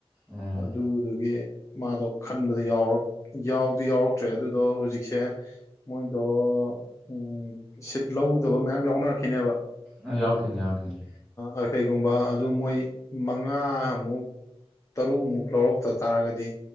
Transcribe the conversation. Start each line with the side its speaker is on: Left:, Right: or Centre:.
Centre: ꯎꯝ
Left: ꯑꯗꯨꯗꯨꯒꯤ ꯃꯥꯗꯣ ꯈꯟꯕꯗ ꯌꯥꯎꯔ ꯌꯥꯎꯗꯤ ꯌꯥꯎꯔꯛꯇ꯭ꯔꯦ ꯑꯗꯨꯗꯣ ꯍꯧꯖꯤꯛꯁꯦ ꯃꯣꯏꯗꯣ ꯎ ꯁꯤꯠ ꯂꯧꯗꯕ ꯃꯌꯥꯝ ꯌꯥꯎꯅꯔꯛꯈꯤꯅꯦꯕ
Centre: ꯑꯥ ꯌꯥꯎꯔꯛꯈꯤꯅꯤ ꯌꯥꯎꯔꯛꯈꯤꯅꯤ
Left: ꯑ ꯀꯩꯒꯨꯝꯕ ꯑꯗꯨ ꯃꯣꯏ ꯃꯉꯥꯃꯨꯛ ꯇꯔꯨꯛꯃꯨꯛ ꯂꯧꯔꯛꯇ ꯇꯥꯔꯒꯗꯤ